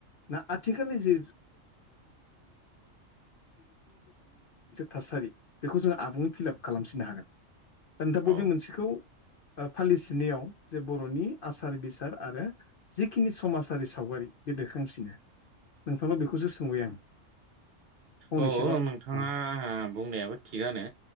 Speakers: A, on the left; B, on the right.
A: ना आथिखालनि जि थासारि बेखौ जोङो आबुङै फिलाप खालामसिननो हागोन दा नोंथां
B: औ
A: बबे मोनसेखौ फालिसिनायाव जे बर'नि आसार बिसार आरो जिखिनि समाजारि सावगा बोरै बे बेरखांसिनो नोंथांनाव बेखौसो सोंबाय आं। फंनैसोल'
B: अ' नोंथाङा
A: औ
B: बुंनायाबो थिगानो।